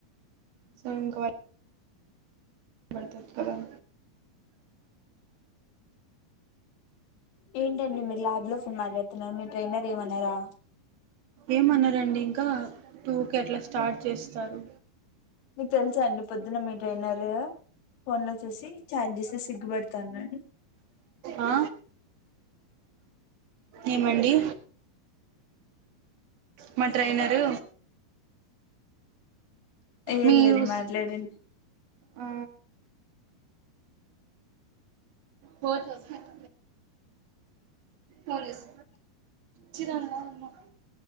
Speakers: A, on the right (about 70°); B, on the left (about 75°).
A: సో ఇంకా వాళ్ళు తర్వాత ఏతకడం
B: ఏంటండి మీరు ల్యాబ్ లో ఫోన్ మాట్లాడుతున్నారు మీ ట్రైనర్ ఏమనరా
A: ఏమనరు అండి ఇంకా టూ కి అట్లా స్టార్ట్ చేస్తారు.
B: మీకు తెలుసా అండి పొద్దున్న మీ ట్రేయినరు ఫోన్ లో చూసి చాట్ చేసి సిగ్గు పడతాన్నా రండి
A: ఆ ఏమండి మా ట్రైనర్
B: ఏం
A: మీరు
B: లేదు మాట్లాడండీ
A: ఆ పోతొ <unintelligible> పోలీస్ చిరాంగా ఉన్నవు